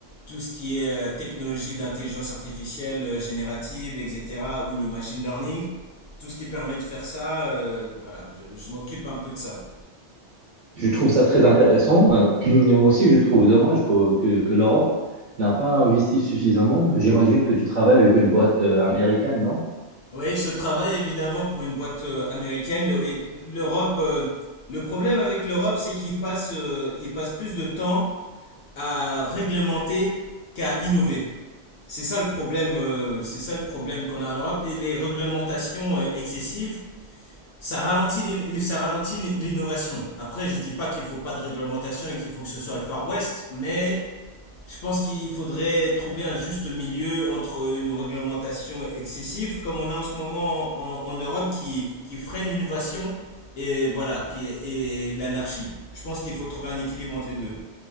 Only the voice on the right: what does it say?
Je trouve ça très intéressant. Euh, <clears throat> et aussi, je trouve dommage que, que- que l'Europe n'a pas investi suffisamment. J'imagine que tu travailles avec une boîte euh, américaine, non?